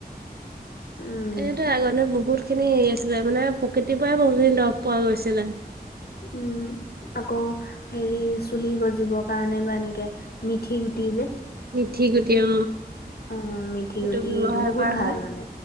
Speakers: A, on the left; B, on the right.
A: উম
B: এনেতো আগলে বহুত খিনি হেৰি আছিলে মানে প্ৰকৃতিৰ পৰাই বহুতখিন দৰৱ পোৱা গৈছিলে
A: উম আকৌ হেৰি চুলি গজিবৰ কাৰণে বা এনেকে মিথি গুটি যে
B: মিথি গুটি অ
A: অ মিথি
B: সেইটো
A: গুটিটো
B: ব্যৱহাৰ
A: বহুত
B: কৰা
A: ভাল
B: হয়
A: মানে